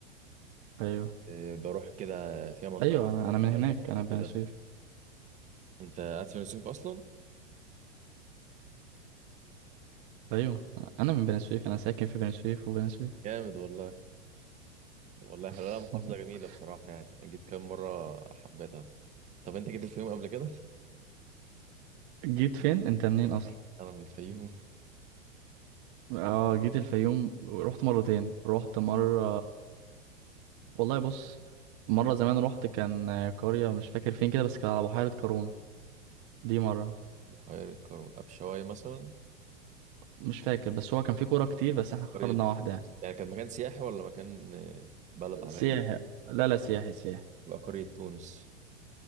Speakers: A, on the right; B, on the right.
A: أيوه
B: آه، بروح كده فيها منطقه
A: أيوه أنا أنا من هناك
B: شرق برضو
A: أنا بني
B: كده
A: سويف
B: انت قاعد في السيوف اصلا
A: ايوه انا من بني سويف انا ساكن في بني سويف وبني سويف
B: جامد والله طب والله
A: <laughs>
B: حلوه لا محافظه جميله بصراحه يعني انا جيت كام مره حبيتها طب انت جيت الفيوم قبل كده
A: جيت فين انت منين اصلا
B: <laughs> انا من الفيوم
A: اه جيت الفيوم رحت مرتين رحت مره والله بص مره زمان رحت كان قريه مش فاكر فين كده بس كان على بحيره قارون دي مره
B: <laughs> بحيره قارون ابشواي مثلا
A: مش فاكر بس هو كان في كوره كتير بس احنا اخترنا
B: قريه
A: واحده يعني.
B: يعني كان مكان سياحي ولا مكان آه، بلد عاديه
A: سياحي لا لا سياحي سياحي
B: بقى قريه تونس